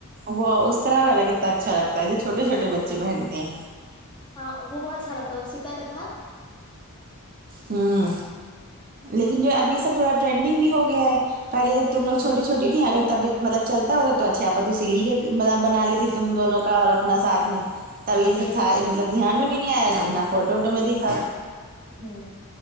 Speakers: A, on the right; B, on the left.
A: وہ اس طرح الگ کتنا اچھا لگتا ہے جو چھوٹے چھوے بچے پہنتے ہیں
B: ہاں وہ بہت اچھا لگتا ہے سکھا تھا
A: ہوں لیکن جو اب یہ سب پورا ٹرینڈنگ بھی ہو گیا ہے پہلے جب تو لوگ
B: ہوں
A: چوٹی چھوٹی تھی اگر تب ہی طلب چلتا ہو تو اچھاپ تو سلی ہی ہوتی مطلب بنا لیتی تم دونوں
B: ہاں
A: کا اور اپنا
B: ہاں
A: ساتھ میں تب یہ
B: وہی
A: سب تھا
B: چیز
A: مطلب دھیان میں بھی نہیں آیا نانا فوٹو وٹو میں دیکھا
B: ہ